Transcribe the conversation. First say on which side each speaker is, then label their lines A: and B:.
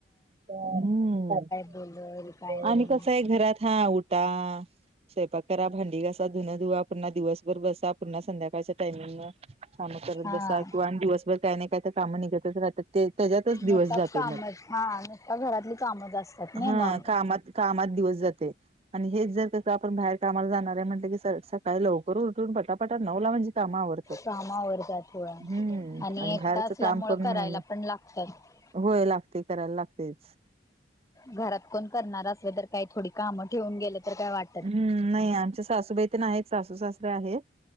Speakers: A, on the right (about 30°); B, on the left (about 15°).
A: हम्म,
B: बोलल काय नाही
A: आणि कस आहे घरात हा उठ टा स्वयंपाक करा, भांडी घासा, धुन धुवा पुन्हा दिवसभर बसा पुन्हा संध्याकाळच्या टाइमिंग न काम करत
B: हा
A: बसा किंवा दिवसभर काही न काही काय काम निघतच राहतात ते त्याच्यातच दिवस
B: नुसता
A: जातोय
B: कामच
A: मग.
B: हा नाही तर घरातली कामंच असतात ना
A: हा
B: मग
A: कामात कामात दिवस जाते. आणि हेच जर का आपण बाहेर कामाला जाणार आहे म्हटलं की सकाळी लवकर उलटून पटापटा नऊला म्हणजे काम आवरतात
B: काम आवरतात होय
A: हम्म आणि
B: एकटा
A: बाहेरच
B: असल्यामुळे
A: काम करून
B: करायला
A: मिळा
B: पण लागतात
A: होय लागते करायला लागतेच.
B: घरात कोण करणार असल तर काही थोडी काम ठेवून गेले तर काय वाट
A: हम्म, नाही आमच्या सासूबाई तर नाहीत, सासू, सासरे आहेत.